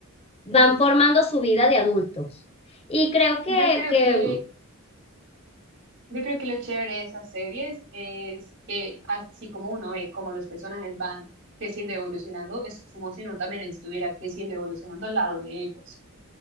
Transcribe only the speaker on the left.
van formando su vida de adultos. Y creo que,
que